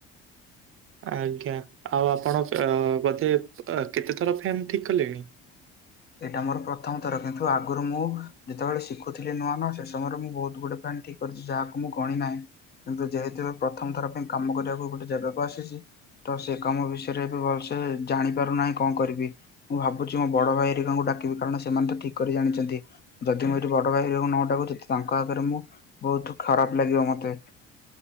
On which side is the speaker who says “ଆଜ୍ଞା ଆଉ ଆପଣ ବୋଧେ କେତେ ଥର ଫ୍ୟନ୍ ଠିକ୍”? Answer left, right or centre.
Right